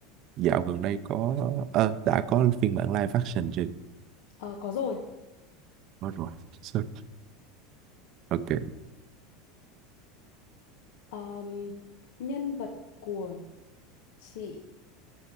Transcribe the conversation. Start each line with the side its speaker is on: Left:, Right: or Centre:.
Right: dạo gần đây có ờ, đã có phiên bản live action chưa
Left: Ờ có rồi.
Right: có rồi <laughs> Sorry. ok
Left: Ờm, nhân vật của chị